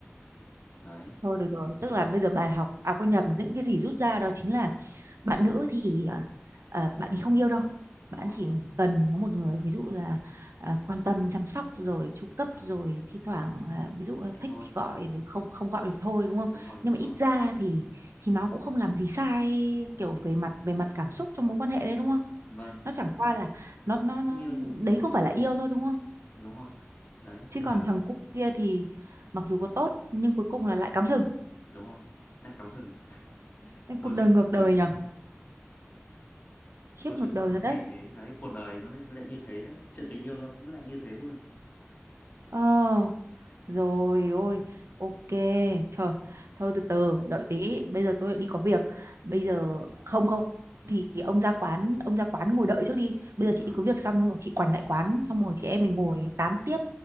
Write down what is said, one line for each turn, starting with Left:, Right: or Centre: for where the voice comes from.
Left: đấy
Right: thôi được rồi tức là bây giờ bài học à quên nhầm những cái gì rút ra đó chính là bạn nữ thì ờ, ờ, bạn thì không yêu đâu
Left: đúng
Right: bạn
Left: rồi
Right: chỉ cần có một người ví dụ là ờ, quan tâm chăm sóc rồi chu cấp
Left: à,
Right: rồi thi thoảng là ví dụ là
Left: thế
Right: thích
Left: thôi
Right: thì gọi rồi không không gọi thì thôi đúng không
Left: đúng rồi thế
Right: nhưng mà
Left: thôi
Right: ít ra thì thì nó cũng không làm gì sai kiểu về mặt về mặt cảm xúc trong mối quan hệ đấy đúng không
Left: vâng
Right: nó chẳng
Left: đấy.
Right: qua là nó nó nó
Left: không yêu thôi
Right: đấy không phải là yêu thôi đúng không
Left: đúng rồi đấy
Right: chứ
Left: nên
Right: còn
Left: là
Right: thằng cu kia thì mặc dù có tốt nhưng cuối cùng là lại cắm sừng
Left: đúng rồi lại cắm sừng
Right: Nên cuộc
Left: câu chuyện
Right: đời ngược
Left: buồn cười
Right: đời
Left: thế
Right: nhở khiếp
Left: câu chuyện
Right: ngược đời
Left: nó
Right: thật đấy
Left: hay thế đấy cuộc đời nó lại như thế đấy chuyện tình yêu nó cũng lại như thế luôn
Right: ờ Rồi
Left: đó
Right: ôi, ok, trời, thôi từ từ, đợi tí, bây giờ tôi đi có việc. Bây
Left: ở
Right: giờ
Left: đấy
Right: không không thì ông ra quán, ông ra quán ngồi đợi trước đi. Bây giờ chị
Left: à,
Right: đi có việc xong xong rồi chị quành lại quán, xong rồi chị em mình ngồi tám tiếp.